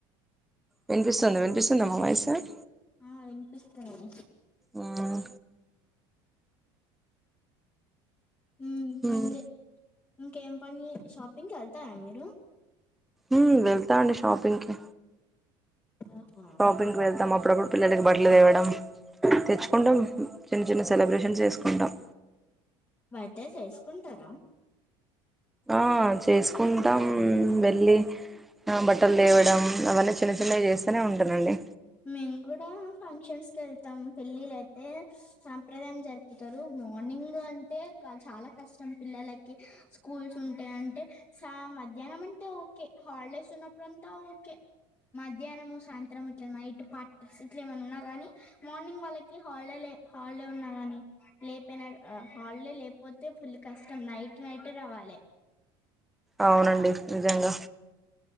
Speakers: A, in the centre; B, on the left.
A: వెంక చంది
B: మీరే
A: వెంక చంద అమ్మైసు ఆ.
B: ఆ వినిపిస్తంది.
A: మ్మ్
B: ఉమ్
A: మ్మ్
B: ఏందే. ఇంకేం పని షాపింగ్కెల్తారా మీరు.
A: ఉమ్ వెళ్తా అండి షాపింగ్ కి.
B: ఆహా.
A: షాపింగ్కి వెళ్దామ అప్పుడప్పుడు పిల్లలకి బట్లు తేవడం తెచ్చుకుంటాం చిన్న చిన్న సెలబ్రేషన్స్ చేసుకుంటాం
B: బాధే చేస్కుంటారా
A: ఆ చేస్కుంటాం వెళ్లి బట్టల్ దేవడం అవన్నీ చిన్న చిన్నవి జేస్తనే ఉంటనండి
B: మేము కూడా ఫంక్షన్స్ కెళ్తాం పెళ్ళిలయితే సంప్రదాయం జరిపి తరు మార్నింగ్ అంటే చాలా కష్టం పిల్లలకి స్కూల్స్ ఉంటే అంటే సా మధ్యాహ్నం అంటే ఓకే హాల్డేస్ ఉన్నప్పుడంతా ఓకే మధ్యాహ్నము సాయంత్రం ఇట్లా నైట్ పార్టీస్ ఇట్లా ఏమైన్నా ఉన్నా కాని ఇట్లా ఇట్లా నైట్ పార్ట్స్ ఇట్లా ఎమనునాగాని మార్నింగ్ వాళ్ళకి హాల్డే లె హాల్డే ఉన్నా గాని లేపిన హాల్డే లేపోతే ఫుల్ కష్టం నైట్ నైట్ రావాలె
A: అవునండి నిజంగా